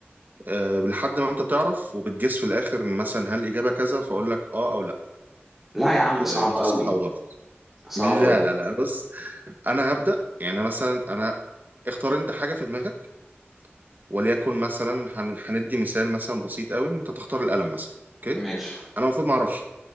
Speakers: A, on the right; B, in the centre.
A: أه لحد ما انت تعرف وبتجس في الاخر ان مثلا هل الاجابه كذا فاقول لك اه او لا
B: لا يا عم
A: أه
B: صعب
A: انت
B: قوي
A: صح او غلط
B: صعب
A: لا
B: قوي
A: لا لا بص انا هبدا يعني مثلا انا اختار انت حاجه في دماغك وليكن مثلا هن- هندي مثال مثلا بسيط قوي ان انت تختار القلم مثلا اوكي
B: ماشي
A: انا المفروض ما اعرفش